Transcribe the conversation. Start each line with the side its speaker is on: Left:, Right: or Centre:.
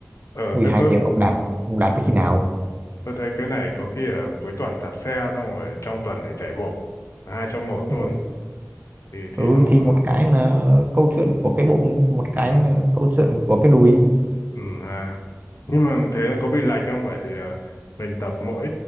Left: ờ
Right: ui
Left: thế
Right: hai
Left: tôi
Right: tiếng ông đạp ông đạp tới khi nào
Left: tôi thấy cái này có khi ở cuối tuần đạp xe xong rồi trong tuần thì chạy bộ hai trong một luôn
Right: Ừ,
Left: thì
Right: ừ
Left: thì nó
Right: thì một
Left: nó
Right: cái là câu chuyện của cái bụng một cái
Left: ừ
Right: là câu chuyện của cái đùi
Left: ừ ha nhưng mà thế có bị lệch không bởi vì ờ, mình tập mỗi